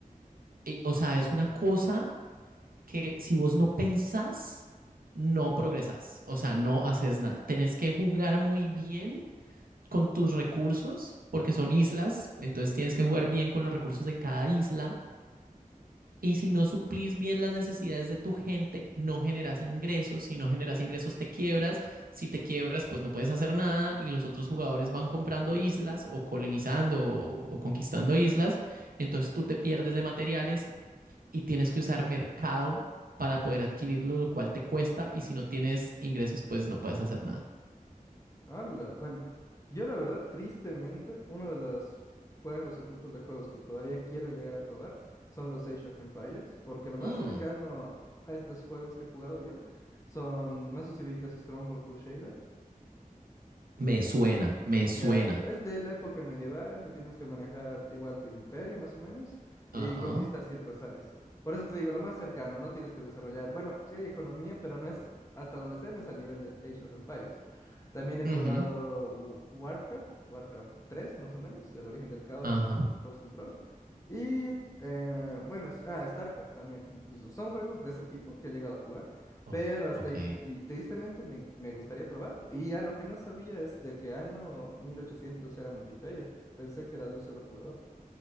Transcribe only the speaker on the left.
Ala, Bueno, yo la verdad, tristemente, uno de los juegos o tipos de juegos que todavía quiero llegar a probar son los Age of Empires, porque lo más
cercano a estos juegos que he jugado yo son, no sé si ubicas Stronghold Crusader.
Ya,
es de la época medieval que tienes que manejar igual tu imperio más o menos y
conquistar ciertas áreas. Por eso te digo, lo más cercano, no tienes que desarrollar, bueno, sí hay economía, pero no es, hasta donde sé, no es al nivel de Age of Empires. También he probado
Wa- Warcraft, Warcraft 3 más o menos, El origen del caos
y Frozen Throne. Y eh, bueno, s- ah, StarCraft también. Son juegos de ese tipo que he llegado a jugar.
Pero hasta
ahí, y tristemente me, me gustaría probar. Y ya lo que no sabía es de que Anno mil ochocientos era multiplayer. Pensé que era de un solo jugador.